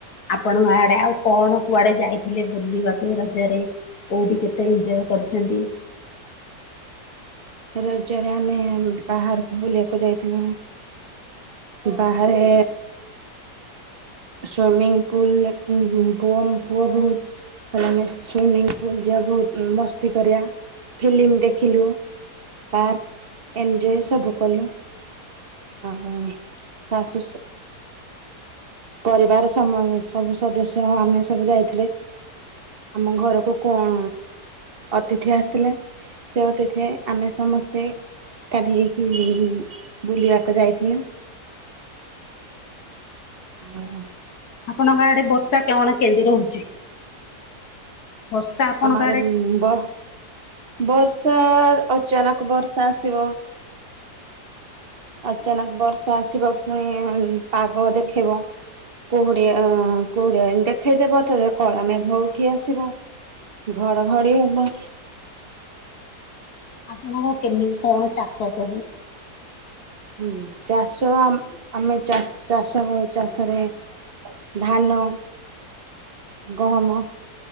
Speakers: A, on the left; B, on the right.
A: ଆପଣଙ୍କ ଆଡ଼େ ଆଉ କଣ କୁଆଡ଼େ ଯାଇଥିଲେ ବୁଲିବାକୁ ରଜରେ? କୋଉଟି କେତେ ଏଞ୍ଜେୟ କରିଛନ୍ତି?
B: ରଜରେ ଆମେ ବାହାରକୁ ବୁଲିବାକୁ ଯାଇଥିଲୁ। ବାହାରେ ସୁଇମିଂ ପୁଲ୍ଲ ରେ ଉଁ ବୁ ପୁଅ ମୋ ପୁଅ ବହୁ କଇଲା ଆମେ ଶୁଇମିଙ୍ଗ୍ ପୁଲ୍ ଯିବା ବହୁତ୍ ମସ୍ତି କରିବା ଫିଲିମ୍ ଦେଖିଲୁ। ପାର୍କ ଏଞୟ ସବୁ କଲୁ। ଆ ଉ ସାଶ୍ ଶୁଶୁ ପରିବାର୍ ସମ ସବୁ ସଦସ୍ୟ ହଁ ଆମେ ସବୁ ଯାଇଥିଲେ। ଆମ ଘରକୁ କଣ ଅତିଥି ଆସିଥିଲେ। ସେ ଅତିଥି ଆମେ ସମସ୍ତେ ଏକାଠି ହେଇକି ବୁଲିବାକୁ ଯାଇଥିଲୁ। ଓ ହୋ।
A: ଆପଣଙ୍କ ଆଡେ ବର୍ଷା କଣ କେମିତି ରହୁଛି? ବର୍ଷା ଆପଣଙ୍କ
B: ଆମ ଆଡେ ବ ବର୍ଷା ଅଚାନକ ବର୍ଷା ଆସିବ। ଅଚାନକ ବର୍ଷା ଆସିବ ଫୁଣି ପାଗ ଦେଖେଇବ। କୁହୁଡିଆ କୁହୁଡିଆ ଦେଖେଇଦବ ତଥ କଳା ମେଘ ଉଠି ଆସିବ। ଘଡଘଡି ହେବ।
A: ଆପଣଙ୍କ କେମିତି କଣ ଚାଷ ସବୁ?
B: ହୁଁ ଚାଷ ଆମ୍ ଆମେ ଚାଷ କରୁ ଚାଷରେ। ଧାନ, ଗହମ।